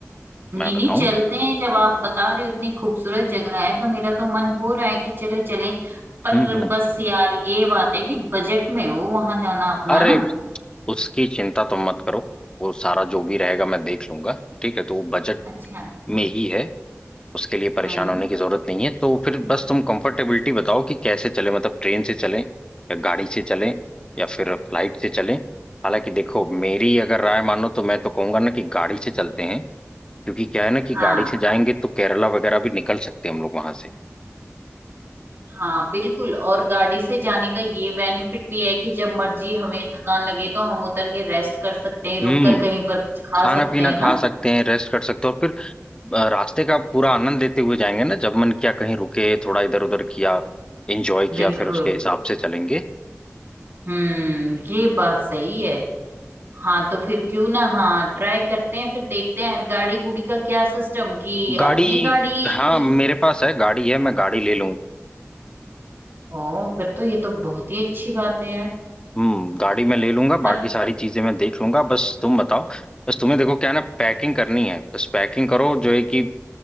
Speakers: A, on the right (about 50°); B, on the left (about 20°).
A: नहीं
B: मैं बताऊं
A: नहीं चलते हैं जब आप बता रहे हो इतनी खूबसूरत जगह है तो मेरा तो मन हो रहा है कि चले चलें पर
B: हम्म हम्म
A: बस यार ये बात है कि बजट में हो वहां जाना अपना
B: अरे
A: ना
B: उसकी चिंता तुम मत करो वो सारा जो भी रहेगा मैं देख लूंगा ठीक है तो वो बजट
A: अच्छा
B: में ही है उसके लिए परेशान
A: हम्म
B: होने की जरूरत नहीं है तो फिर बस तुम कंफर्टेबिलिटी बताओ कि कैसे चले मतलब ट्रेन से चलें या गाड़ी से चलें या फिर फ्लाइट से चलें हालांकि देखो मेरी अगर राय मानो तो मैं तो कहूंगा ना कि गाड़ी से चलते हैं क्योंकि क्या है ना कि
A: हाँ
B: गाड़ी से जाएंगे तो केरला वगैरह भी निकल सकते हैं हम लोग वहां से
A: हाँ बिल्कुल और गाड़ी से जाने का ये बेनिफिट भी है कि जब मर्जी हमें थकान लगे तो हम उतर के रेस्ट कर सकते हैं रुक
B: हम्म
A: कर कहीं पर कुछ खा
B: खाना
A: सकते
B: पीना
A: हैं ना
B: खा सकते हैं रेस्ट कर सकते हैं और फिर अ, रास्ते का पूरा आनंद लेते हुए जाएंगे ना जब मन किया कहीं रुके थोड़ा इधर उधर किया एंजॉय किया
A: बिल्कुल
B: फिर उसके हिसाब से चलेंगे
A: हम्म ये बात सही है हाँ तो फिर क्यों ना हाँ ट्राई करते हैं फिर देखते हैं यार गाड़ी गुड़ी का क्या सिस्टम कि
B: गाड़ी
A: अपनी गाड़ी
B: हाँ
A: की
B: मेरे पास है गाड़ी है मैं गाड़ी ले लूँ
A: ओ फिर तो ये तो बहुत ही अच्छी बात है यार
B: हम्म गाड़ी मैं ले लूंगा बाकी
A: और
B: सारी चीजें मैं देख लूंगा बस तुम बताओ बस तुम्हें देखो क्या है ना पैकिंग करनी है बस पैकिंग करो जो है कि